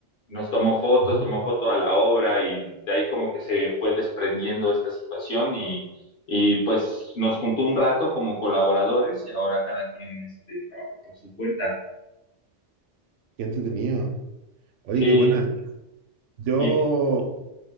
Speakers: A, on the left; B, on the right.
A: nos tomó fotos,
B: Ujú.
A: tomó foto a la obra y de ahí como que se fue desprendiendo esta situación y, y pues nos juntó un rato como colaboradores y ahora cada quien este, trabaja por su cuenta.
B: Qué entretenido. Oye,
A: Sí,
B: qué buena. Yo,
A: y,